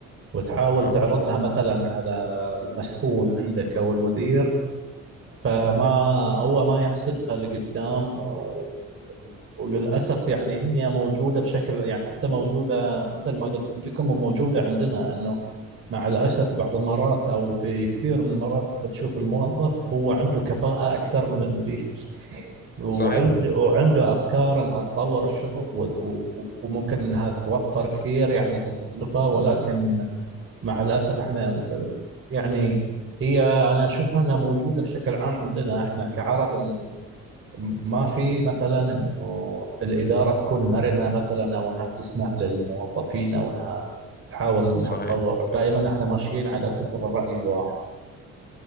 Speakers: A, on the right; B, on the left.
A: وتحاول
B: اه
A: تعرضها مثلا على المسؤول عندك أو المدير فما هو ما يحسبها لقدام و- وللأسف يعني هي موجودة بشكل يعني حتى موجودة مثل ما قلت عندكم وموجودة عندنا أنه مع الأسف بعض المرات أو في كثير من المرات أنت تشوف الموظف هو عنده كفاءة أكثر من المدير وعنده
B: صحيح
A: وعنده أفكار أنها تطور الشغل وت- و- و- وممكن أنها توفر كثير يعني كتكلفة ولكن مع الأسف احنا ال- يعني هي أنا أشوفها أنها موجودة بشكل عام عندنا احنا كعرب أنه ما في مثلا أنه الإدارة تكون مرنة مثلا أو أنها تسمع للموظفين أو أنها تحاول أنها
B: صحيح
A: تطور دائما احنا ماشيين على فكر الرأي الواحد